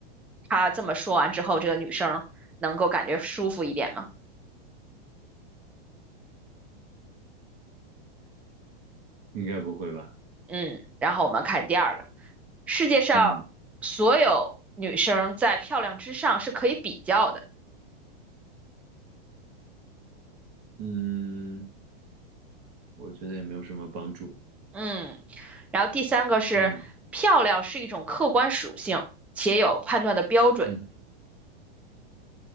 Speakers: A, in the centre; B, on the right (about 40°).
A: 他这么说完之后，这个女生能够感觉舒服一点吗？
B: 应该不会吧？
A: 嗯，然后我们看第二个，世界上所有女生在漂亮之上是可以比较的。
B: 嗯嗯，我觉得也没有什么帮助。
A: 嗯，然后第三个是漂亮是一种客观属性，
B: 嗯
A: 且有判断的标准。
B: 嗯